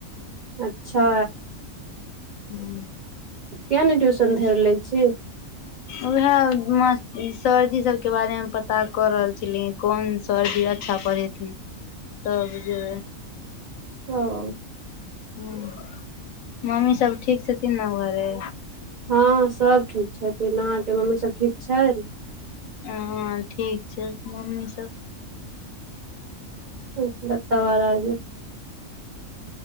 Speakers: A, on the right; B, on the left.
A: अच्छा
B: हूँ
A: किए नहि ट्यूशन धैर लय छी
B: उएह सरजी सबके बारेमे पता कऽ रहल छलीय कोन सरजी अच्छा पढ़बै तैं तब जे
A: <unintelligible>
B: ह मम्मी सब ठीक छथिन न घरे
A: हँ सभ ठीक छथिन अहाँके मम्मी सभ ठीक छनि
B: ह ठीक छै मम्मी सब
A: ठीक बताऊ आर आगे